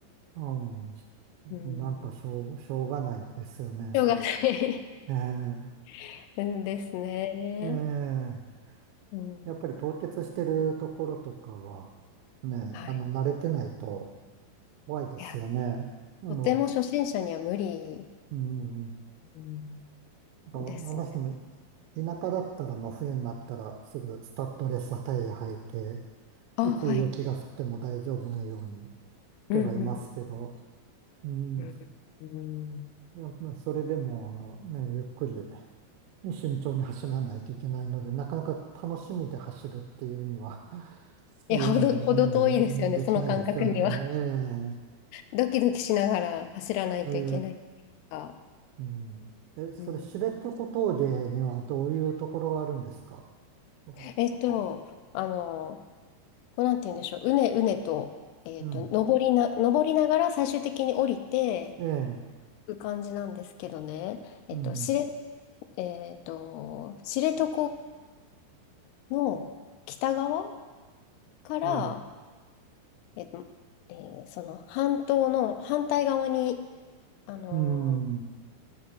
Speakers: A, on the right (about 85°); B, on the left (about 80°).
A: う
B: うん。
A: ん、なんかしょう、しょうがないですよね。
B: しょうがない
A: え
B: <laughs> うんですね。
A: えええ
B: うん。
A: やっぱり凍結してるところとかは、ね、
B: はい。
A: あの、慣れてないと怖いですよね。
B: いや、
A: あの、
B: とても初心者には無理
A: うん、
B: うん
A: あ私も
B: ですね。
A: 田舎だったら真冬になったらすぐスタッドレスタイヤ履いて、
B: あ、
A: いつ雪が降っても大丈夫なように
B: はい。
A: してはいますけど、
B: うん
A: うん、
B: うんうん。
A: そ
B: うんうん。
A: いやまあそれでもね、ゆっくりね慎重に走らないといけないので、なかなか楽しみで走るっていうには、<laughs>
B: いや、
A: いうのをね、
B: ほど、ほど遠いですよね、
A: できないですよね。
B: その感覚には。<laughs> ドキドキしながら走らないといけないっていうか。
A: ええええうん。え、それ、
B: うん、
A: 知床峠にはどういうところがあるんですかそれ。
B: えっと、あの、こうなんて言うんでしょう。うねうねと、えっと、
A: うん。
B: 登りな、登りながら最終的に降りて
A: ええ、
B: いく感じなんですけどね。えっと、
A: うん。
B: 知れ、えっと、知床の北側から、
A: はい。
B: えっと、えーその半島の反対側に、あの
A: うん。